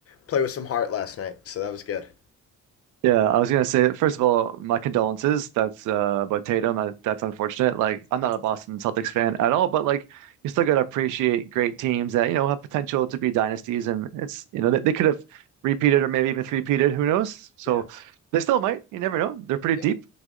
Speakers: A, on the left; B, on the right.
A: play with some heart last night. So that was good.
B: Yeah, I was gonna say, first of all, my condolences. That's uh about Tatum. That, that's unfortunate. Like I'm not
A: Yeah.
B: a Boston Celtics fan at all, but like you still gotta appreciate great teams that, you know, have potential to be dynasties and it's you know they, they could have repeated or maybe even three-peated, who knows? So
A: Yeah.
B: they still might, you never know. They're pretty
A: Yeah.
B: deep.